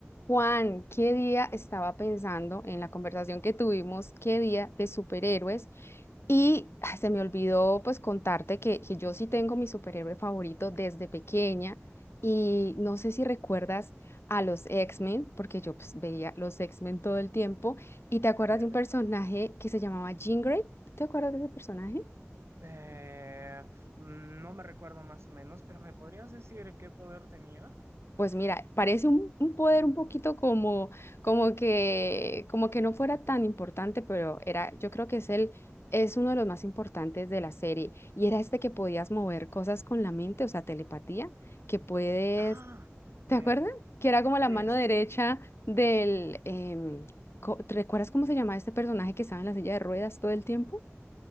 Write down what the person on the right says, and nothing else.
Clara,
Eh, mm, no me recuerdo más o menos, pero ¿me podrías decir qué poder tenía?
Ah, ok.
Sí,
sí,
sí.